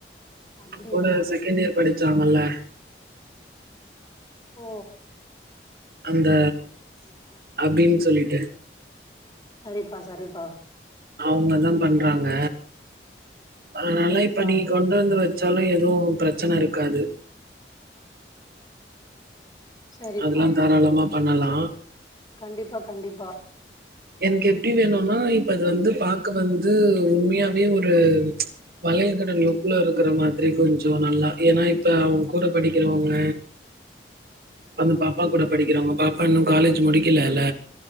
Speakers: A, on the left; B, on the right.
A: அப்டியா
B: உண் கூட செகண்ட் இயர் படிச்சாங்கல்ல
A: ஓ
B: அந்த
A: ஆமா
B: அப்டின்னு சொல்லிட்டு
A: சரிப்பா சரிப்பா
B: அவுங்கதா பண்றாங்க அதனால
A: சரிப்பா
B: இப்ப நீங்க கொண்டு வந்து வச்சாலு எதுவு பிரச்சன இருக்காது
A: சரிப்பா
B: அதுல்லா தாராளமா பண்ணலா
A: கண்டிப்பா கண்டிப்பா
B: எனக்கு எப்டி வேணும்னா இப்ப அது வந்து பாக்க வந்து உண்மையாவே ஒரு பழய‌ கட நூப்ல இருக்கிற மாதிரி கொஞ்சோ நல்லா ஏன்னா இப்ப அவுங் கூட படிக்கிறவங்க அந்த பாப்பா கூட படிக்கிறவங்க பாப்பா இன்னு காலேஜ் முடிக்கலல்ல